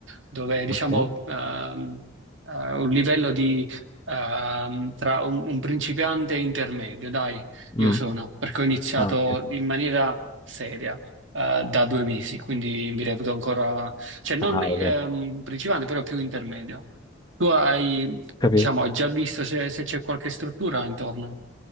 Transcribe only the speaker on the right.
dove diciamo
ehm, eh, un livello di ehm, tra un, un principiante e intermedio, dai,
io sono, perché ho iniziato
in maniera seria eh, da due mesi, quindi mi reputo ancora, cioè non
ehm,
principale, però più intermedio. Tu hai,
diciamo, hai già visto se se c'è qualche struttura intorno,